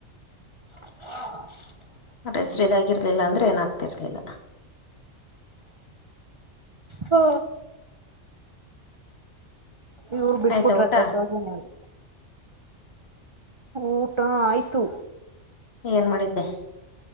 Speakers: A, on the right; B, on the left.
A: ಹ
B: ಹೆಸರು ಇದಾಗಿರ್ಲಿಲ್ಲ ಅಂದ್ರೆ ಏನಾಗ ಆ್ತರ್ಲಿಲ್ಲ
A: ಹಓ ಇವ್ರ ಬಿಟ್ಬಿಟ್ರತ್ತ
B: ಆಯ್ತಾ ಊಟ
A: ಸೌಜನ್ಯಲ್ ಊಟ ಆಯ್ತು
B: ಏನ್ ಮಾಡಿದ್ದೆ